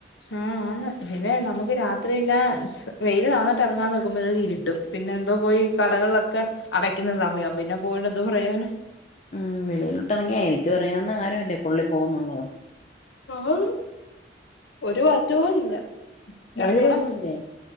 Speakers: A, on the left; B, on the left.
A: ആ ആന്ന് പിന്നെ നമ്മുക്ക് രാത്രില്ല വെയിൽ താന്നിട്ട് ഇറങ്ങാൻ നോക്കുമ്പോ ഇരുട്ടും പിന്നെ എന്തോ പോയി കടകളിലൊക്കെ അടക്കുന്ന സമയവും പിന്നെ പോയിണ്ട് എന്തോ പ്രയോജനം
B: ഉം വെളിയിലിട്ടിറങ്ങിയാ എനിക്കും അറിയാവുന്ന കാര്യമല്ലേ പുള്ളി പോകുന്നുള്ളത്
A: ആഹ് ഒരു മാറ്റവും ഇല്ല
B: മഴയൊന്നുമില്ലേ
A: എടക്കൂട